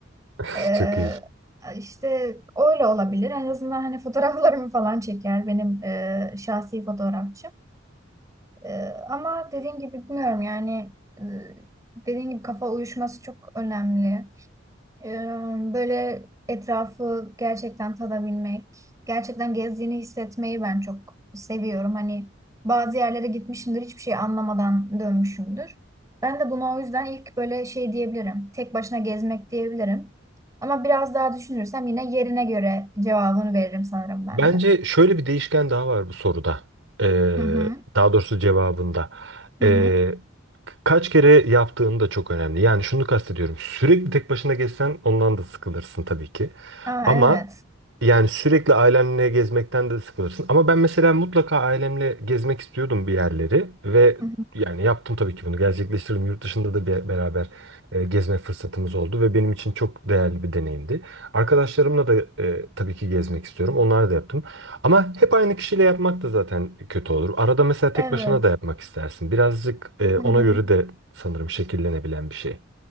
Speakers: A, on the right (about 75°); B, on the right (about 15°).
A: <laughs>
B: E,
A: Çok iyi.
B: işte öyle olabilir. En azından hani fotoğraflarımı falan çeker benim e, şahsi fotoğrafçım. Ee, ama dediğim gibi bilmiyorum yani e, dediğim gibi kafa uyuşması çok önemli. Ee, böyle etrafı gerçekten tadabilmek, gerçekten gezdiğini hissetmeyi ben çok seviyorum. Hani bazı yerlere gitmişimdir hiçbir şey anlamadan dönmüşümdür. Ben de buna o yüzden ilk böyle şey diyebilirim. Tek başına gezmek diyebilirim. Ama biraz daha düşünürsem yine yerine göre cevabını veririm sanırım ben
A: Bence
B: de.
A: şöyle bir değişken daha var bu soruda. Ee,
B: Hı hı.
A: daha doğrusu cevabında.
B: Hı
A: Ee,
B: hı.
A: kaç kere yaptığın da çok önemli. Yani şunu kastediyorum. Sürekli tek başına gezsen ondan da sıkılırsın tabii ki.
B: Aa
A: Ama
B: evet.
A: yani sürekli ailenle gezmekten de sıkılırsın. Ama ben mesela mutlaka ailemle gezmek istiyordum bir yerleri ve
B: Hı hı.
A: yani yaptım tabii ki bunu gerçekleştirdim. Yurt dışında da bir beraber e, gezme fırsatımız oldu ve benim için çok değerli bir deneyimdi. Arkadaşlarımla da e, tabii ki gezmek istiyorum. Onları da yaptım. Ama hep aynı kişiyle yapmak da zaten kötü olur. Arada mesela tek
B: Evet.
A: başına da yapmak istersin. Birazcık e,
B: Hı
A: ona
B: hı.
A: göre de sanırım şekillenebilen bir şey.